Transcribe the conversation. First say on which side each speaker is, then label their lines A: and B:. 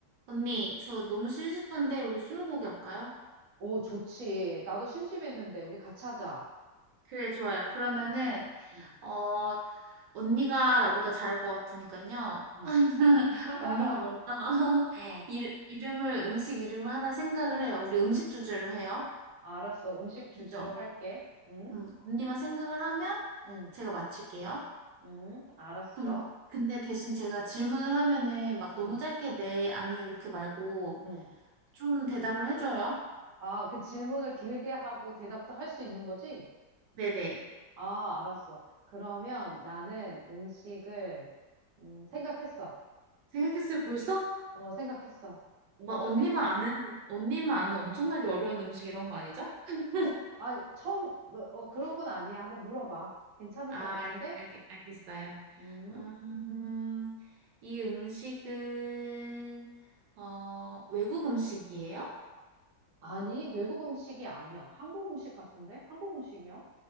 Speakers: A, on the right (about 75°); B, on the right (about 60°).
A: 언니, 저 너무 심심한데 우리 스무고개 할까요?
B: 오, 좋지. 나도 심심했는데, 우리 같이 하자.
A: 그래, 좋아요. 그러면은
B: 어, 응,
A: 어 언니가 나보다 잘할 것 같으니까요.
B: 응.
A: <laughs>
B: <laughs>
A: 언니가 먼저 <laughs>
B: 어,
A: 이 이름을 음식 이름을 하나 생각을 해요. 우리 음식 주제로 해요.
B: 알았어. 음식 주제로
A: 그렇죠?
B: 할게. 응?
A: 음, 언니가 생각을 하면
B: 응,
A: 제가 맞출게요.
B: 응, 알았어.
A: 그럼 근데 대신 제가 질문을 하면은 막 너무
B: 응,
A: 짧게 네, 아니요 이렇게 말고
B: 응.
A: 좀 대답을 해줘요.
B: 아, 그 질문을 길게 하고 대답도 할 수 있는 거지?
A: 네네.
B: 아, 알았어. 그러면 나는 음식을, 음, 생각했어.
A: 생각했어요, 벌써?
B: 어, 생각했어.
A: 막
B: 벌써
A: 언니만
B: 생각했어.
A: 아는 언니만 아는 엄청나게 어려운 음식 이런 거 아니죠? <laughs>
B: 어, 아, 처음, 그, 어, 그런 건 아니야. 한번 물어봐. 괜찮을
A: 아,
B: 것 같은데?
A: 알, 알겠어요.
B: 음.
A: 음, 이 음식은 어, 외국 음식이에요?
B: 아니, 외국 음식이 아니야. 한국 음식 같은데? 한국 음식이야?